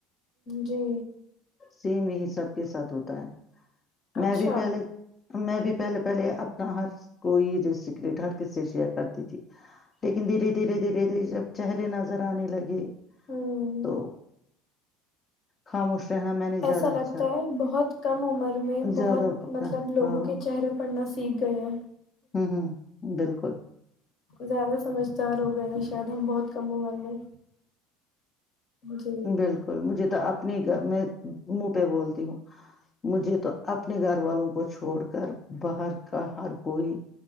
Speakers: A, on the left; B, on the left.
A: جی
B: سیم یہی سب کے ساتھ ہوتا ہے میں
A: اچھا
B: بھی پہلے میں بھی پہلے پہلے اپنا ہر کوئی سیکریٹ ہر کسی سے شیئر کرتی تھی لیکن دھیرے دھیرے دھیرے دھیرے جب چہرے نظر آنے لگے
A: ہوں
B: تو خاموش رہنا میں نے زیادہ
A: ایسا
B: اچھا
A: لگتا ہے بہت کم عمر میں
B: زیادہ
A: بہت
B: اپنا
A: مطلب لوگوں
B: ہاں
A: کے چہرے پرڑ نہ سیکھ گئے ہیں
B: ہوں ہوں بالکل
A: زیادہ سمجھدار ہو گیا شاید ہم بہت کم ا گر میں جی
B: بالکل مجھے تو اپنی میں منہ پہ بولتی ہوں مجھے تو اپنے گھر والوں کو چھوڑ کر باہر کا ہر کوئی